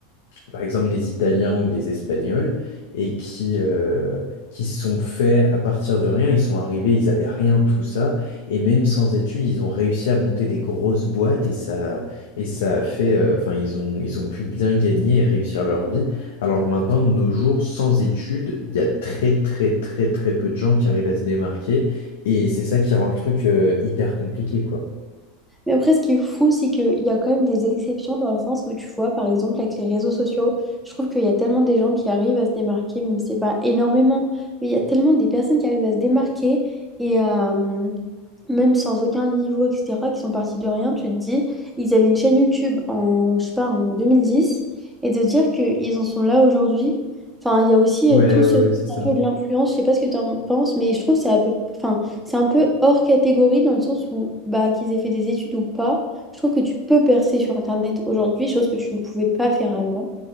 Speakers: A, on the left; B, in the centre.
A: par exemple des Italiens ou des Espagnols, et qui, euh, qui se sont faits à partir de rien. Ils sont arrivés, ils avaient rien, tout ça, et même sans études, ils ont réussi à monter des grosses boîtes, et ça, et ça a fait, euh, enfin, ils ont, ils ont pu bien gagner et réussir leur vie. Alors que maintenant, de nos jours, sans études, il y a très, très, très, très peu de gens qui arrivent à se démarquer, et c'est ça qui rend le truc, euh, hyper compliqué, quoi.
B: Mais après, ce qui est fou, c'est qu'il y a quand même des exceptions dans le sens où tu vois, par exemple, avec les réseaux sociaux, je trouve qu'il y a tellement des gens qui arrivent à se démarquer, même si c'est pas énormément, mais il y a tellement des personnes qui arrivent à se démarquer et à, même sans aucun niveau, etc., qui sont partis de rien, tu te dis, ils avaient une chaîne YouTube en, je sais pas, en 2010 et de dire qu'ils en sont là aujourd'hui, enfin, il y a aussi
A: Ouais,
B: euh, tout
A: ouais,
B: ce
A: ouais, c'est ça.
B: un peu de l'influence, je sais pas ce que tu en penses, mais je trouve que c'est un peu, enfin, c'est un peu hors catégorie dans le sens où, bah, qu'ils aient fait des études ou pas, je trouve que tu peux percer sur Internet aujourd'hui, chose que tu ne pouvais pas faire avant.